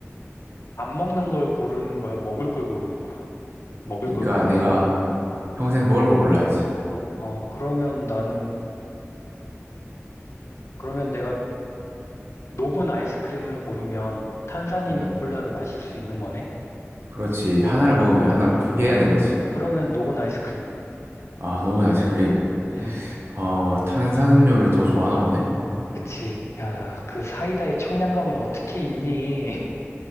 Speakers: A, on the left (about 65°); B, on the right (about 50°).
A: 안 먹는 걸 고르는 거야? 먹을 걸 고르는 거야? 먹을
B: 그러니까
A: 걸 고르라고?
B: 내가 평생 먹을 걸 골라야지.
A: 어, 그러면 나는, 그러면 내가 녹은 아이스크림을 고르면 탄산이 있는
B: 음,
A: 콜라를 마실 수 있는 거네?
B: 그렇지. 하나를 먹으면
A: 어, 그,
B: 하나는 포기해야 되는 거지.
A: 그러면 녹은 아이스크림.
B: 아, 녹은 아이스크림.
A: 응,
B: 어, 탄산음료를 더 좋아하나 보네?
A: 그치. 야, 그 사이다의 청량감을 어떻게 잊니? <laughs>